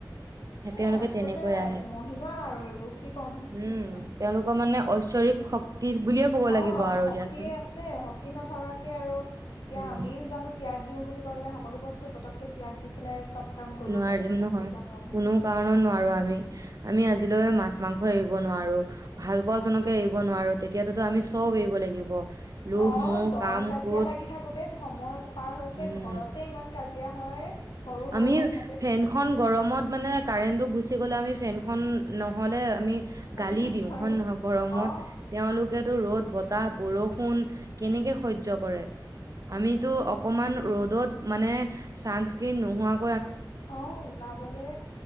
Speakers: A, on the right; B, on the left.
A: হে
B: এ
A: তেওঁলোকে
B: আচলতে
A: তেনেকৈ আহে।
B: মহিমা আৰু এইবোৰ, কি ক'ম
A: উম,
B: এতিয়া
A: তেওঁলোকৰ মানে ঐশ্বৰিক শক্তি। বুলিয়ে ক'ব লাগিব
B: অ
A: আৰু
B: শক্তিয়ে
A: দিয়াচোন।
B: আছে, শক্তি নথকাকে আৰু এতিয়া
A: উম,
B: আমি জানো ত্যাগ দিও বুলি ক'লে, সকলো বস্তু পতকে ত্যাগ দি পেলাই চব কাম কৰিব
A: নোৱাৰিম
B: পাৰিম জানো
A: নহয়।
B: কেতিয়াও নোৱাৰো নহয়
A: কোনো কাৰণত নোৱাৰো আমি। আমি আজিলৈ মাছ মাংস এৰিব নোৱাৰো, ভাল পোৱা জনকে এৰিব নোৱাৰো তেতিয়াততো আমি চব এৰিব লাগিব। লোভ,
B: অ',
A: মোহ,
B: দন-কাজিয়া
A: কাম, ক্ৰোধ
B: লাগি থাকোতে সময় পাৰ হৈছে,
A: উম।
B: ঘৰতে ইমান কাজি জিয়া হয়। সৰু সৰু
A: আমি
B: কথাতে
A: ফেনখন গৰমত মানে কাৰেন্টটো গুচি গ'লে আমি ফেনখন নহ'লে আমি
B: থাকিব
A: গালি
B: নোৱাৰো
A: দিওঁ, হয় নহয় গৰমত,
B: অ
A: তেওঁলোকে বুলো ৰ'দ, বতাহ, বৰষুণ কেনেকে সহ্য কৰে, আমিতো অকমান ৰ'দত মানে চাঞ্চ কি নোহোৱা
B: অ ওলাবলে